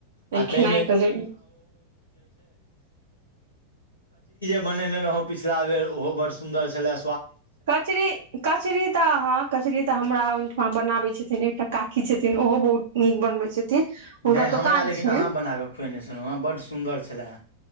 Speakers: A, on the left; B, on the right.
A: आ त
B: खेनाइ तऽ जरूरी
A: मनेने रहौं पिछिला बेर ओहो बड़ सुन्दर छले
B: कचरी कचेरी तऽहाँ कचरीी ते हमरा ओहिठमा बनाबे छथिन एकटा कााकी छथिन ओहो बहुत नीक बनबे छथि हुनकर
A: नहि
B: दोकान
A: हमरा लेकिन
B: छै
A: अहाँ बना कऽ खुएने छलहुँ हेँ बड्ड सुन्दर छलए